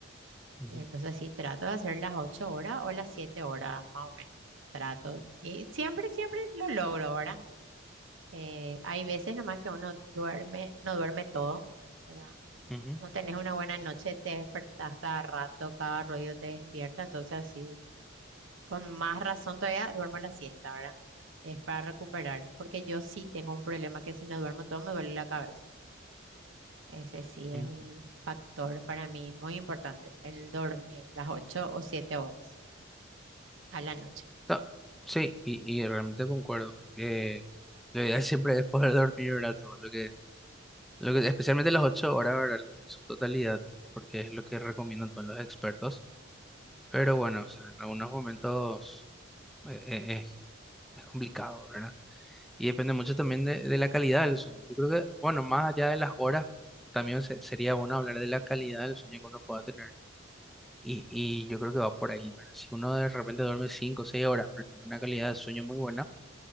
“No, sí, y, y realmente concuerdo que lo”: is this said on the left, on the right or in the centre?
Centre